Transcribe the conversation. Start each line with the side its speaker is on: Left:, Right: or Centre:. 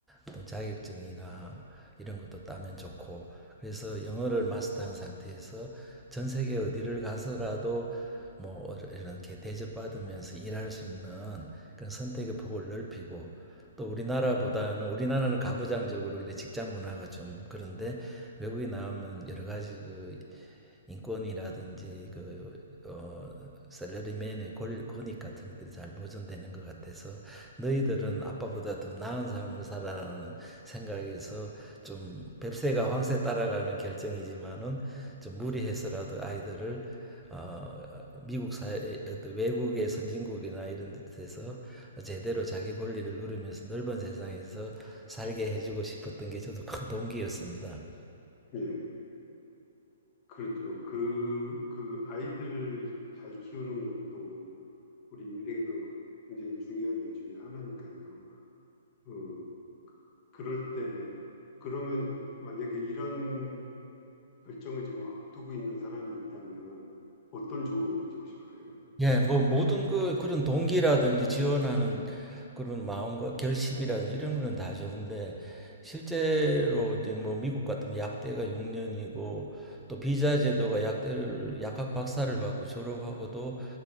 Centre: 어떤 자격증이나 이런 것도 따면 좋고 그래서 영어를 마스터한 상태에서 전 세계 어디를 가서라도 뭐 이렇게 대접받으면서 일할 수 있는 그런 선택의 폭을 넓히고 또 우리나라보다는 우리나라는 가부장적으로 이래 직장 문화가 좀 그런데 외국에 나오면 여러 가지 그 인권이라든지 그 어, 셀러리맨의 권, 익 같은 것들이 잘 보존되는 것 같아서 너희들은 아빠보다 더 나은 삶을 살아라는 생각에서 좀 뱁새가 황새 따라가는 결정이지만은 좀 무리해서라도 아이들을 어, 미국 사회, 외국의 선진국이나 이런 데서 제대로 자기 권리를 누리면서 넓은 세상에서 살게 해주고 싶었던 게 저도 큰 동기였습니다.
Left: 예, 그렇죠. 그, 그 아이들 잘 키우는 것도 우리 인생에서 굉장히 중요한 일 중에 하나니까요. 어, 그럴 때, 그러면 만약에 이런 결정을 지금 앞두고 있는 사람이 있다면 어떤 조언을 해주고 싶으세요?
Centre: 예, 뭐 모든 그 그런 동기라든지 지원하는 그런 마음과 결심이라든지 이런 거는 다 좋은데 실제로 이제 뭐 미국 같으면 약대가 6년이고 또 비자 제도가 약대를 약학 박사를 받고 졸업하고도